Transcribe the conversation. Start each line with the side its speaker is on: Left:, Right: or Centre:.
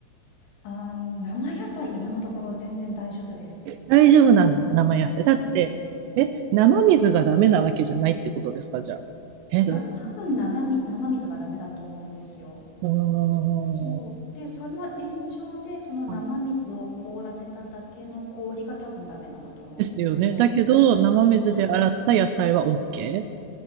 Left: あの、生野菜、今のところ全然大丈夫です。
Right: 大丈夫なんだ、生野菜。だって、
Left: はい。
Right: え、生水がダメなわけじゃないってことですか、じゃあ。え、
Left: いや、
Right: どういうこ
Left: 多分生み生水がダメだと思うんですよ。
Right: とうーん。
Left: そう。で、その延長で、その生水を凍らせただけの氷が多分ダメなんだと思うんですけど、
Right: はいですよね。だけど、生水で洗った野菜は
Left: はい。
Right: OK?